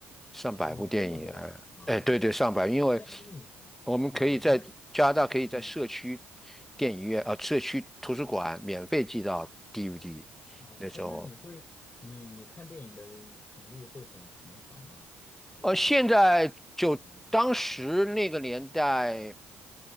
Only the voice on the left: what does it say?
哦，这么多啊啊啊！
啊
哎，那你，
嗯，那嗯
哦，
哎，那你会你你看电影的频率会很频繁吗？就是
嗯，